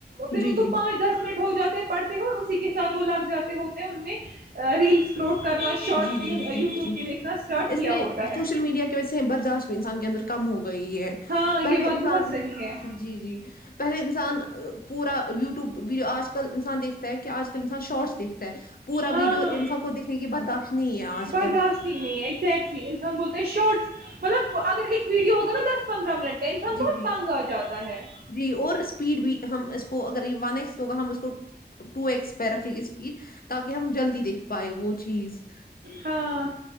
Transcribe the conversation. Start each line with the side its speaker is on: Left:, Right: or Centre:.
Right: پھر
Left: جی
Right: ان
Left: جی
Right: کو پانچ دس منٹ ہو جاتے ہیں پڑتے ہوئے اسی کے ساتھ وہ لگ جاتے ہوتے ہیں ہم نے ریلس کرروٹ کرنا شارٹس
Left: جی جی
Right: یوٹیوب
Left: جی جی
Right: کے دیکھنا اسٹارٹ
Left: اس
Right: کیا
Left: میں
Right: ہوتا ہے
Left: سوشل میڈیا کی وجہ سے برداشت انسان کے اندر کم ہو گئی ہے
Right: ہاں
Left: پہلے
Right: یہ بات
Left: انسان
Right: بہت صحیح ہے
Left: جی جی پہلے انسان پور یبیو آج کل انان دیکھتا ہے آ ک ان شارٹس دیکتاتے پور
Right: ہاں
Left: ویڈیو ان سب کو دیکنے کی برداشت نہیں ہے آج
Right: برداشت
Left: کل
Right: ہی نہیں ہے ایگزیکٹلی انسان بول تو شوٹس مطلب اگر ایک ویڈو ہوگا دس پندرہ منٹ کا انسان
Left: جی
Right: بہت
Left: جی
Right: تنگ آ جاتا ہے
Left: جی اور اسپیڈ بھی ہم اس کو اگر یہ ون ایکس ہوگا ہم اس کو ٹو ایکس پہ رکھ اسپیڈ تاکہ ہم جلدی دیکھ پائے وہ چیز
Right: ہاں